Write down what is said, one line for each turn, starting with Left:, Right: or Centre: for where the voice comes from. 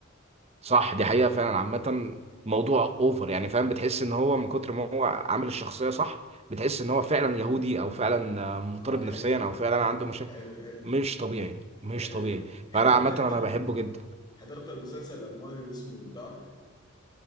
Right: صح دي حقيقة فعلا عامة موضوع اوفر يعني فاهم بتحس ان هو من كتر ما هو عامل الشخصية صح بتحس ان هو فعلا يهودي او فعلا آه، مضطرب
Left: اه
Right: نفسيا
Left: حلو
Right: او فعلا عنده مشاكل
Left: حلو حلو
Right: مش طبيعي مش
Left: حلو
Right: طبيعي
Left: يا مان حضرت
Right: فانا عامة
Left: انت
Right: انا
Left: ال...
Right: بحبه جدا
Left: حضرت المسلسل الالماني اللي اسمه دارك